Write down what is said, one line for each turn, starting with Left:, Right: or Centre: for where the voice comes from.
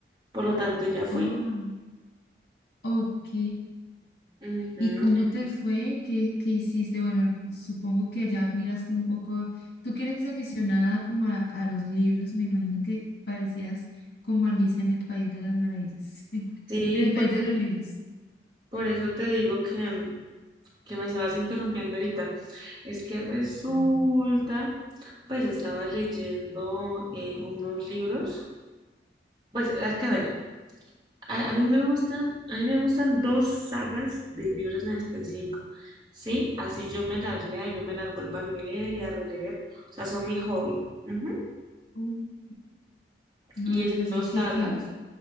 Right: por lo tanto ya fui.
Left: Ah. Ok.
Right: Ujú.
Left: ¿Y cómo te fue? ¿Qué, qué hiciste? Bueno, supongo que ya miraste un poco. Tú que eres aficionada como a, a los libros, me imagino que parecías como Alicia en el País de las Maravillas, <laughs> en
Right: Sí,
Left: el País
Right: por eso,
Left: de los Libros.
Right: por eso te digo que, que me estabas interrumpiendo ahorita. Es que resulta
Left: Ah,
Right: Pues estaba leyendo eh, unos libros. Pues es que a
Left: Sí.
Right: ver, a, a mí me gustan, a mí me gustan dos sagas de libros en específico. Sí, así yo me las lea, yo me las vuelvo a leer y a releer. O sea, son mi hobby. Ujú.
Left: Ok. No,
Right: Y
Left: no,
Right: esas
Left: pues,
Right: dos
Left: ¿y qué,
Right: sagas
Left: qué?